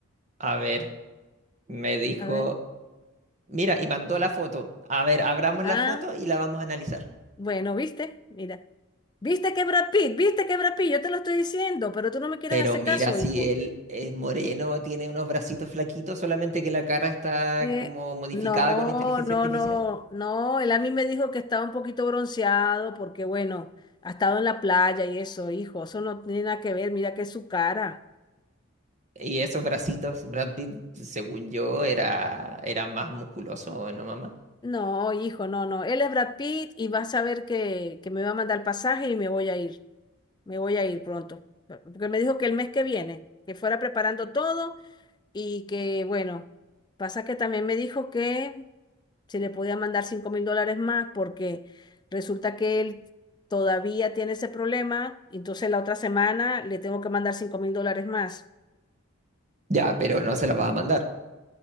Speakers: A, on the right (about 35°); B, on the left (about 20°).
A: A ver, me dijo,
B: A ver.
A: mira, y mandó la foto. A ver, abramos
B: Ah.
A: la foto y la vamos a analizar.
B: Bueno, ¿viste? Mira. ¿Viste que Brad Pitt? ¿Viste que Brad Pitt? Yo te lo estoy diciendo, pero tú no me quieres
A: Pero
B: hacer
A: mira,
B: caso,
A: si
B: hijo.
A: él es moreno, tiene unos bracitos flaquitos, solamente que la cara está
B: Eh,
A: como modificada
B: no,
A: con inteligencia
B: no,
A: artificial.
B: no, no. Él a mí me dijo que estaba un poquito bronceado porque, bueno, ha estado en la playa y eso, hijo. Eso no tiene nada que ver. Mira que es su cara.
A: Y esos bracitos, Brad Pitt, según yo, era, era más musculoso, ¿no, mamá?
B: No, hijo, no, no. Él es Brad Pitt y vas a ver que, que me va a mandar el pasaje y me voy a ir. Me voy a ir pronto. Porque me dijo que el mes que viene, que fuera preparando todo y que, bueno, pasa que también me dijo que se le podía mandar cinco mil dólares más porque resulta que él todavía tiene ese problema, entonces la otra semana le tengo que mandar cinco mil dólares más.
A: Ya, pero no se las va a mandar.